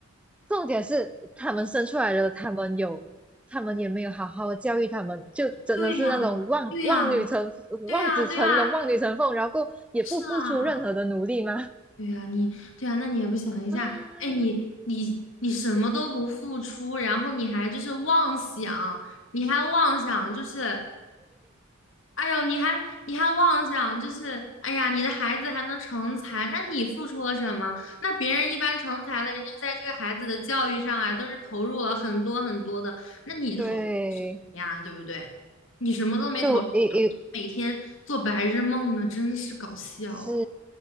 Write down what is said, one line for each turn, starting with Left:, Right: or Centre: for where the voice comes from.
Centre: 重点是他们生出来了，他们有，他们也没有好好的教育他们，就真的是那种望望女成望子成龙、
Left: 对呀，对呀，对呀，对呀，
Centre: 望女成凤，然后也不付出任何的努力吗？
Left: 是啊。”
Centre: <laughs>
Left: 对呀，你对呀，那你也不想一下，
Centre: 啊，
Left: 哎，你你你什么都不付出，然后你还就是妄想，你还妄想就是，哎呦，你还你还妄想就是，哎呀，你的孩子还能成才，那你付出了什么？那别人一般成才了，人家在这个孩子的教育上啊，都是投入了很多很多的，那你投入什么呀，
Centre: 对，
Left: 对不对？你什么都没投入
Centre: 就也也
Left: 每天做白日梦呢，真是搞笑。
Centre: 是，